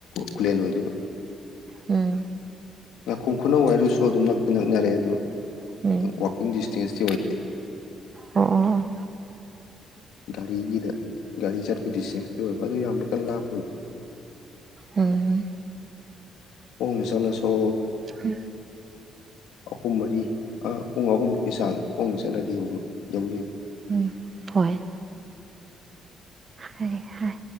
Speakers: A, on the left (about 85°); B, on the right (about 30°).
A: ꯈꯨꯂꯦꯟ ꯑꯣꯏꯗ‌ꯣꯏꯕ
B: ꯎꯝ
A: ꯉꯅꯥꯈꯣꯡ ꯈꯨꯅꯧ ꯍꯥꯏꯏꯔꯁꯨ ꯑꯗꯨꯝ ꯅꯛꯇꯤ ꯅꯛꯅꯔꯦ ꯑꯗꯨ
B: ꯎꯝ
A: ꯋꯥꯛꯀꯤꯡ ꯗꯤꯁꯇꯦꯟꯁꯇꯤ ꯑꯣꯏꯗꯦ
B: ꯑꯣ ꯑꯣ ꯑꯣ
A: ꯒꯥꯔꯤꯒꯤꯗ ꯒꯥꯔꯤ ꯆꯠꯄ ꯗꯤꯁꯇꯦꯟꯁꯇꯤ ꯑꯣꯏꯕ ꯑꯗꯨ ꯌꯥꯝꯅ ꯀꯟꯅ ꯂꯥꯞꯄ ꯑꯣꯏꯗꯦ
B: ꯎꯝ
A: ꯍ ꯆꯂꯣ ꯁꯣ
B: ꯑ
A: ꯑꯍꯨꯝ ꯃꯔꯤ ꯄꯨꯡ ꯑꯍꯨꯝꯃꯨꯛꯀꯤ ꯆꯥꯡ ꯈꯣꯡꯕ ꯆꯠꯂꯗꯤ ꯌ ꯌꯧ
B: ꯎꯝ ꯍꯣꯏ ꯍ ꯍꯣꯏ